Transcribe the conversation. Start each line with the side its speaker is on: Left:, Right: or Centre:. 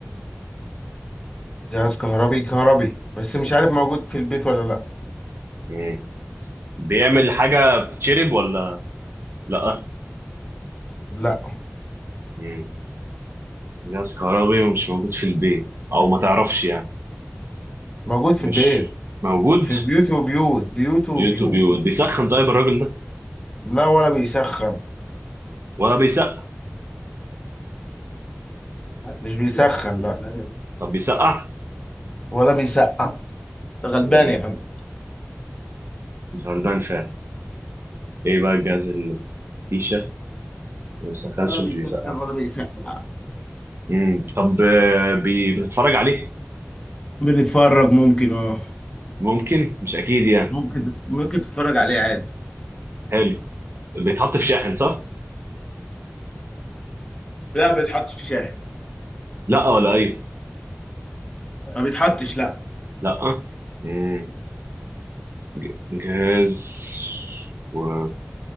Left: جهاز كهربي كهربي بس مش عارف موجود في البيت ولا لا
Right: مم. بيعمل حاجة بتتشرب ولا لأ
Left: لا
Right: مم. جهاز كهربي ومش موجود في البيت أو ما تعرفش يعني
Left: موجود في
Right: ماشي
Left: البيت
Right: موجود
Left: في بيوت وبيوت بيوت وبيوت
Right: بيوت وبيوت بيسخن طيب الراجل ده
Left: لا ولا بيسخن
Right: ولا بيسقع
Left: مش بيسخن لا
Right: طب بيسقع
Left: ولا بيسقع ده غلبان
Right: مم.
Left: يا عم
Right: غلبان فعلا إيه بقى الجهاز اللي فيشة ما بيسخنش
Left: ولا بيسخن
Right: ومش بيسقع
Left: ولا بيسقع
Right: مم. طب آه، بي... بنتفرج عليه
Left: بنتفرج ممكن اه
Right: ممكن مش أكيد يعني
Left: ممكن ممكن تتفرج عليه عادي
Right: حلو بيتحط في شاحن صح؟
Left: لا ما بيتحطش في شاحن
Right: لا ولا ايوه
Left: ما بيتحطش لا
Right: لا مم. ج- جهاز و...